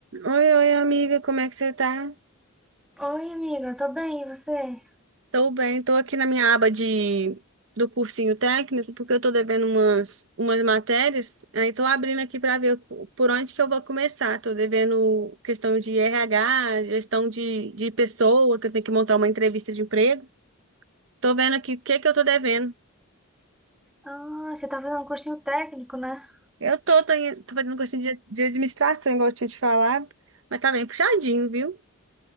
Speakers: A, on the right (about 65°); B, in the centre.
A: Oi, oi, amiga, como é que você tá?
B: Oi, amiga, tô bem, e você?
A: Tô bem, tô aqui na minha aba de do cursinho técnico, porque eu tô devendo umas, umas matérias, aí tô abrindo aqui pra ver por onde que eu vou começar. Tô devendo questão de RH, gestão de, de pessoa, que eu tenho que montar uma entrevista de emprego. Tô vendo aqui o que que eu tô devendo.
B: Ah, você tá fazendo um cursinho técnico, né?
A: Eu tô, tô, em- tô fazendo cursinho de, de administração, igual eu tinha te falado, mas tá bem puxadinho, viu?